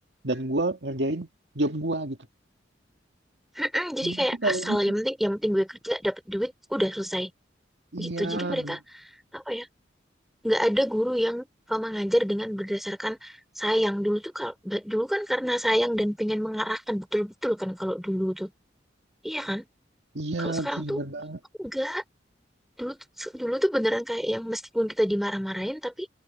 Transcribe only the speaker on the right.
dan gua ngerjain job gua gitu.
Menurutku
kayak
gitu.
Iya,
men-
iya
lagi
bener banget.